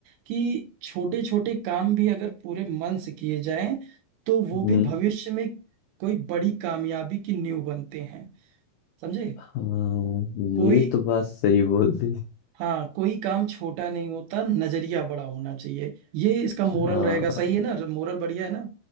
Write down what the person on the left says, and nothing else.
हम्म।
हाँ
ये तो बात सही बोल दी
हाँ